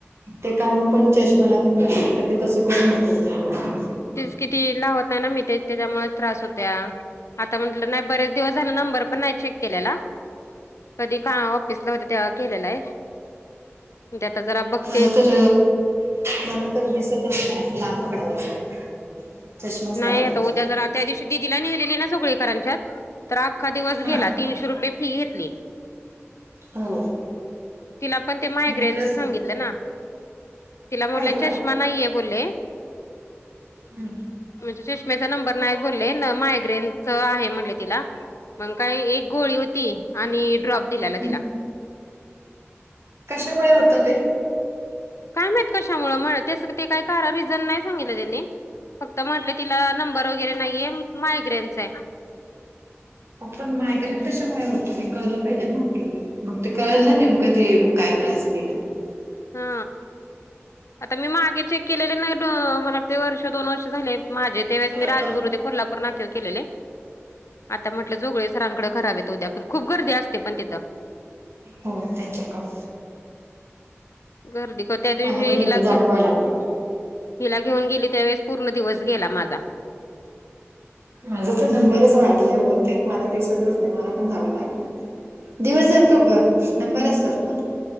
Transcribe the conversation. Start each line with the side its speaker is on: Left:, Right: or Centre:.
Right: ते काम पण चष्मा लावून कर ते तसं करू नको उघड्या डोळ्या
Left: तेच की ती लावत नाही ना मी ते त्याच्यामुळच त्रास होत्या. आता म्हटलं नाही बरेच दिवस झाला नंबर पण नाही चेक केल्याला. कधी का ऑफिसला होते तेव्हा केलेला आहे? म्हणते आता जरा बघते
Right: मला तर मला तर दिसतच नाही असं लांब पडवां लागतं. चष्माच
Left: नाही
Right: लावते
Left: आता
Right: मी
Left: उद्या जरा त्या दिवशी दिदीला नेहलेली ना सगळी करांच्यात तर आख्खा दिवस
Right: हा
Left: गेल्यात. तीनशे रुपये फी घेतली.
Right: हो.
Left: तिला पण ते मायग्रेनचा
Right: नंबर असेल
Left: सांगितलं ना तिला म्हणले
Right: हो का
Left: चष्मा नाहीये बोलले.
Right: हम्म.
Left: म्हणजे चष्मेचा नंबर नाहीत बोलले मायग्रेनच आहे म्हणले तीला. मग काय एक गोळी होती आणि ड्रॉप दिलेला
Right: हम्म
Left: तीला
Right: कशामुळे होत ते
Left: काय मात कशामुळं <unintelligible> ते ते काही करा रिझन नाही सांगितलं त्यानी. फक्त म्हंटले तिला नंबर वगैरे नाहीये, मायग्रेनचा आहे.
Right: फक्त मायग्रेंट कशामुळे होतं हे कळलं पाहिजे ना आपल्याला मग ते कळेल ना नेमकं ते काय त्रास देईल. <unintelligible>
Left: हा आता मी मागितली केलेले नाही मला वाट ते वर्ष दोन वर्ष झाले माझे तेवेळेस
Right: हम्म,
Left: मी राजगुरु ते कोल्हापूर नाक्यावर केलेले. आता म्हटलं जोगळे सरांकडे करावेत उद्याप खूप गर्दी असते पण तथं.
Right: हो त्यांच्याकडून.
Left: गर्दी का त्या
Right: मला
Left: दिवशी
Right: पण एकदा
Left: हिला घेऊन
Right: दाखवाय लागणार
Left: हिला घेऊन गेली त्यावेळेस पूर्ण दिवस गेला माझा.
Right: माझा तर नंबरच वाढलाय बहुतेक. मला दिसतच नाही मला पण जावं लागणार दिवस जातो घर नंबर असतात ना.